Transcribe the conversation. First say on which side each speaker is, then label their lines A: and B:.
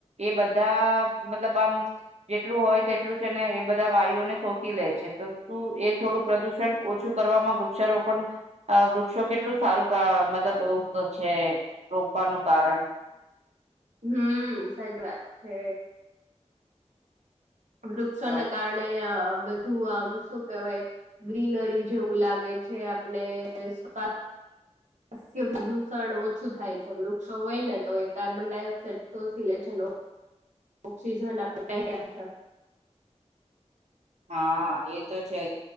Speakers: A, on the right; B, on the right.
A: એ બધ ધા મતલબ આમ જેટલું હોય તેટલું છે ને એ બધા વાયુઓને શોષી લે છે તો તું એ થોડુંક પ્રદુષણ ઓછું કરવામાં વૃ ક્ષારોપણ આ વૃ વૃક્ષો કેટલું સારું અહ મતલબ એવુંક છે રોપવાનું કારણ.
B: હમ્મ, સારી વાત છે. વૃક્ષોને
A: તો
B: કારણે અહ આ બધું આમ શું કેહેવાય ગ્રીનરી જેવું લાગે છે આપણે <unintelligible> <inaudible> પ્રદુષણ ઓછું થાય છે વૃક્ષો હોય ને તો એ કાર્બન ડાયોક્સાાઈડ શોષી લે છે નો ઓક્સીજન આપને <inaudible>
A: હા, એ તો છે જ.